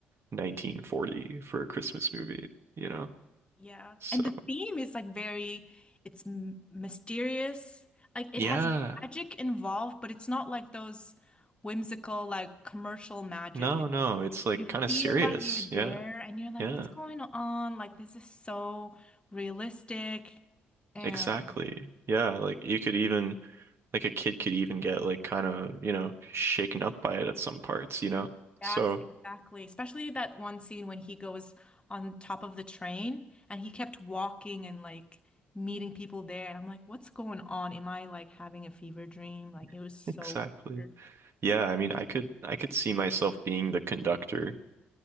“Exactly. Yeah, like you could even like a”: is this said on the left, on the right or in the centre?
Right